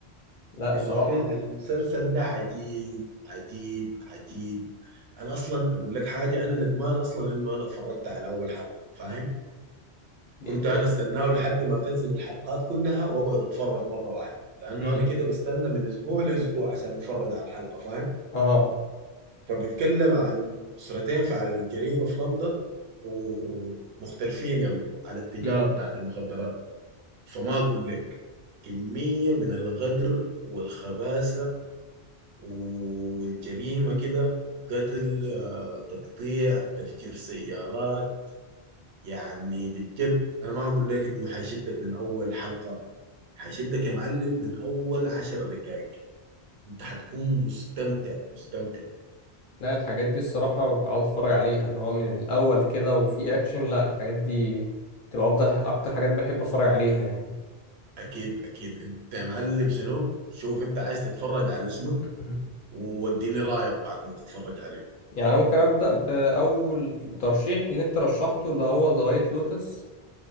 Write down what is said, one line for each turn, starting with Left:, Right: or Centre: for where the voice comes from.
Left: لا الصراحه
Right: الفيل المسلسل ده عجيب عجيب عجيب انا اصلا اقول لك حاجة انا ندمان اصلا انه انا اتفرجت على اول حلقة فاهم
Left: دي
Right: كنت
Left: انت
Right: انا استناه لحد ما تنزل الحلقات كلها واقعد اتفرج مره واحده لانه
Left: امم
Right: انا كده بستنى من اسبوع لاسبوع عشان اتفرج على الحلقه فاهم
Left: اه
Right: فبيتكلم عن اسرتين في عالم الجريمه في لندن ومختلفين يلا على التجاره
Left: امم
Right: بتاعت المخدرات فما اقول لك كميه من الغدر والخباثه والجريمه كده قتل آه، تقطيع تفجير سيارات يعني بجد انا ما اقول لك انه حيشدك من اول حلقه هيشدك يا معلم من اول عشر دقائق انت هتكون مستمتع مستمتع
Left: لا الحاجات دي الصراحه عاوز اتفرج عليها اللي هو من الاول كده وفي اكشن لا الحاجات دي تبقى افضل اكتر حاجات بحب اتفرج عليها يعني
Right: اكيد اكيد انت يا معلم شنو شوف انت عايز تتفرج على شنو
Left: <clears throat>
Right: ووديني رايك بعد ما تتفرج عليه
Left: يعني أنا ممكن ابدا باول ترشيح اللي انت رشحته اللي هو ذا وايت لوتس